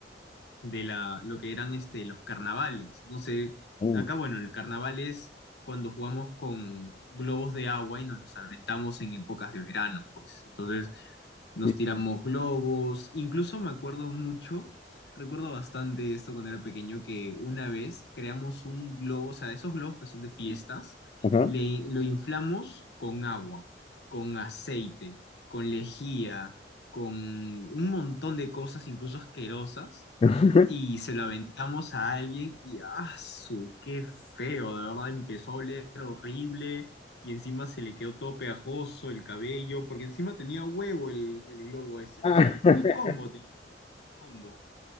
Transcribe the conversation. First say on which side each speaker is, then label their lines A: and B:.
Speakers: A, on the left; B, on the left.
A: de la, lo que eran este, los carnavales. No sé,
B: Ah,
A: acá, bueno, el carnaval es cuando jugamos con globos de agua y nos los aventamos en épocas de verano, pues. Entonces nos
B: sí.
A: tiramos globos. Incluso me acuerdo mucho, recuerdo bastante esto cuando era pequeño, que una vez creamos un globo, o sea, esos globos que son de fiestas,
B: Ajá.
A: le, lo inflamos con agua, con aceite, con lejía, con un montón de cosas, incluso asquerosas
B: <laughs>
A: y se la aventamos a alguien y ¡ah, su! ¡Qué feo! De verdad empezó a oler horrible y encima se le quedó todo pegajoso el cabello, porque encima tenía huevo el, el globo ese, no
B: Ah,
A: sé, fue
B: <laughs>
A: un combo, te lo juro, un combo.